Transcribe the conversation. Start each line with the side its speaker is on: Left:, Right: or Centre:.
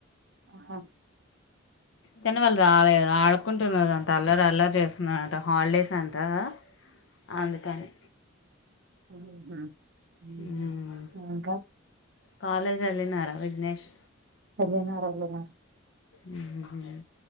Right: ఆహా
Left: తన్ను వాళ్ళు రాలేదు ఆడుకుంటున్నారు తల్లర్ అల్లర్ చేస్తున్నాడంట హాలిడేస్ అంట కదా అందుకని
Right: ఉంహు మ్
Left: మ్మ్.
Right: ఇంకా
Left: కాలేజ్ వెళ్ళినారా విఘ్నేష్
Right: <unintelligible> అల్లరి కాదు
Left: మ్